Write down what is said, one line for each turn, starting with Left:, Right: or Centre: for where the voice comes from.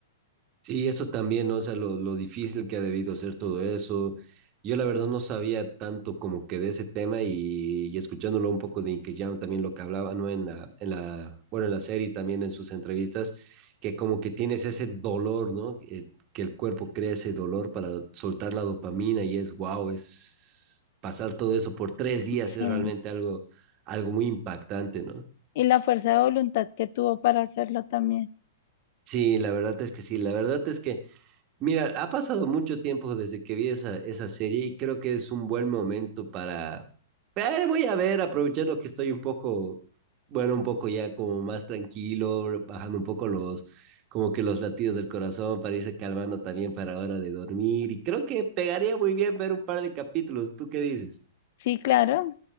Right: Sí, eso también, ¿no? O sea, lo, lo difícil que ha debido ser todo eso. Yo la verdad no sabía tanto como que de ese tema y, y escuchándolo un poco de Inky Jam, también lo que hablaba, ¿no? En la, en la, bueno, en la serie y también en sus entrevistas, que como que tienes ese dolor, ¿no? Eh, que el cuerpo crea ese dolor para soltar la dopamina y es wow, es pasar todo eso por tres días
Left: Sí.
Right: es realmente algo, algo muy impactante, ¿no?
Left: Y la fuerza de voluntad que tuvo para hacerlo también.
Right: Sí, la verdad es que sí, la verdad es que Mira, ha pasado mucho tiempo desde que vi esa, esa serie y creo que es un buen momento para... Eh, voy a ver, aprovechando que estoy un poco, bueno, un poco ya como más tranquilo, bajando un poco los, como que los latidos del corazón para irse calmando también para hora de dormir. Y creo que pegaría muy bien ver un par de capítulos. ¿Tú qué dices?
Left: Sí, claro,